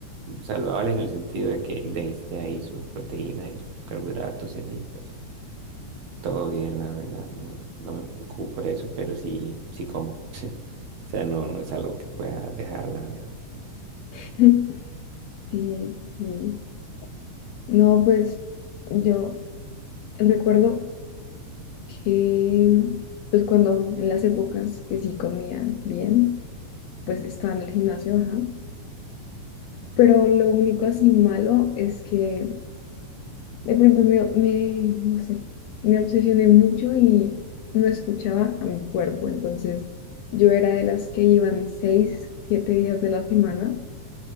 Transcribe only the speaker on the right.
saludable en el sentido de que de, esté ahí su proteína y sus carbohidratos y así, pues todo bien, la verdad, no, no me preocupo por eso, pero sí, sí como. <laughs> O sea, no, no es algo que pueda dejar, la verdad.